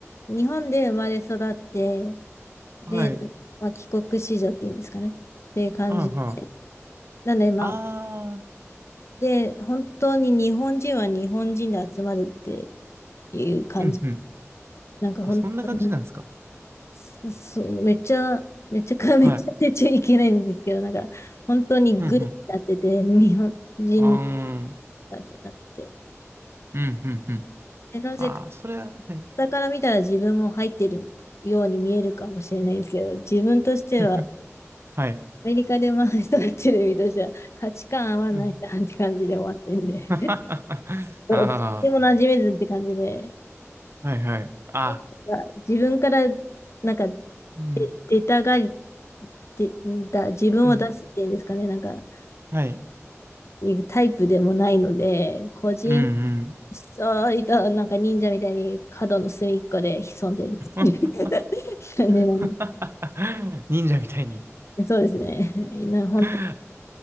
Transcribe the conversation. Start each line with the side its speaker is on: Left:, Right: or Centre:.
Left: 日本で生まれ育って、で、
Right: うん。はい。
Left: まあ、帰国子女っていうんですかね。っていう感じ。
Right: はんはん。
Left: なんで、まあ、
Right: あー、
Left: で、本当に日本人は日本人で集まるっていう感じ。
Right: うんうん。
Left: なんか本当に、
Right: あ、そんな感じなんですか。
Left: そそうめっちゃ、めちゃくちゃ <laughs>
Right: はい。
Left: めっちゃ出ちゃいけないんですけど、なんか本当にグルになってて、
Right: うんうん。
Left: 日本人
Right: あーん、
Left: たちになってて。
Right: うんうんうん。
Left: で、なぜか、
Right: あー、それは、はい。
Left: 下から見たら自分も入ってるように見えるかもしれないんですけど、自分としては、
Right: <laughs> はい。
Left: アメリカで回したテレビとしては価値観合わないなって感じで終わってんで、
Right: うん。<laughs>
Left: どうどっちも馴染めずって感じで、
Right: あー、はいはい。あ
Left: そうなんか自分からなんか
Right: ー、うん、
Left: 出たがり、で、んだ、自分を出すっていうんですかね、
Right: うん。
Left: なんか、
Right: はいはいあ
Left: いうタイプでもないので、個人、
Right: うんう
Left: ひっそりと、なんか忍者みたいに角の隅っこで潜んでる <laughs>
Right: ん。
Left: 感じの、
Right: <laughs> 忍者みたいに。
Left: そうですね。<laughs> な、本当
Right: は